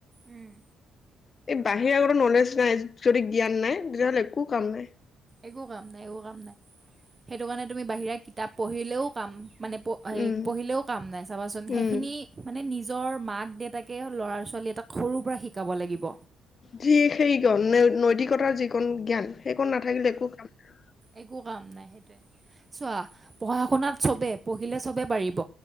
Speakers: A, on the right; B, on the left.
A: উম
B: এই বাহিৰৰে আগো নলেজ নাই যদি জ্ঞান নাই তেতিয়াহ'লে একো কাম নাই
A: একো কাম নাই একো কাম নাই সেইটো কাৰণে তুমি বাহিৰা কিতাপ পঢ়িলেও কাম মানে প
B: উম
A: পঢ়িলেও কাম নাই চাবাচোন সেইখিনি
B: উম
A: মানে নি নিজৰ মাক দেউতাকে ল'ৰা ছোৱালী এটাক সৰুৰ পৰা শিকাব লাগিব।
B: যি সেই গ ন নৈতিকতাৰ যিকণ জ্ঞান একো নাথাকিলে একো কাম নাই
A: একো কাম নাই চোৱা পঢ়া শুনাত চবে দিলে চবে পাৰিব